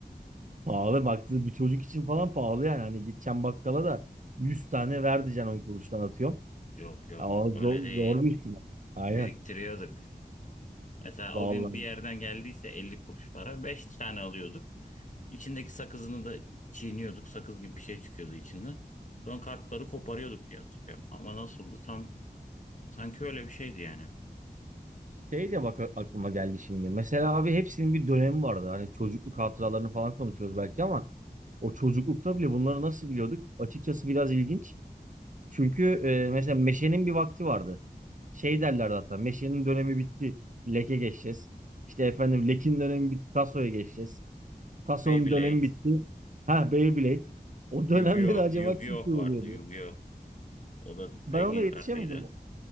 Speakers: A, on the right; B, on the left.
A: Pahalı baktığı bir çocuk için falan pahalı yani. Hani gideceğim bakkala da 100 tane ver diyeceksin 10 kuruştan atıyorum.
B: Yok yok
A: Aa, zor,
B: öyle değil.
A: zor bir ihtimal. Aynen.
B: Biriktiriyorduk. Mesela
A: Vallahi.
B: o gün bir yerden geldiyse 50 kuruş para. 5 tane alıyorduk. İçindeki sakızını da çiğniyorduk. Sakız gibi bir şey çıkıyordu içinden. Sonra kartları koparıyorduk diye hatırlıyorum. Ama nasıldı tam Sanki öyle bir şeydi yani.
A: Şey de bak aklıma geldi şimdi. Mesela abi hepsinin bir dönemi vardı. Hani çocukluk hatıralarını falan konuşuyoruz belki ama o çocuklukta bile bunları nasıl biliyorduk? Açıkçası biraz ilginç. Çünkü e, mesela meşenin bir vakti vardı. Şey derlerdi hatta meşenin dönemi bitti. Leke geçeceğiz. İşte efendim lekin dönemi bitti. Tasoya geçeceğiz. Taso'nun
B: Beyblade,
A: dönemi bitti. Ha Beyblade. O dönemleri
B: Yu-Gi-Oh,
A: acaba
B: Yu-Gi-Oh
A: kim kuruluyordu?
B: vardı Yu-Gi-Oh. O da
A: Ben
B: zengin
A: ona yetişemedim.
B: kartıydı.